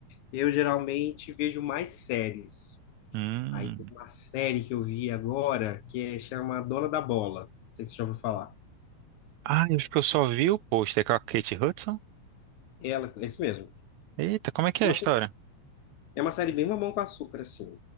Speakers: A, on the left (about 80°); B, on the right (about 80°).
A: Eu geralmente vejo mais séries.
B: Hum.
A: Aí tem uma série que eu vi agora que é, chama Dona da Bola. Não sei se você já ouviu falar.
B: Ah, eu acho que eu só vi o pôster com a Kate Hudson.
A: Ela, é isso mesmo.
B: Eita, como é que
A: Uma
B: é a história?
A: sé- é uma série bem mamão com açúcar, assim.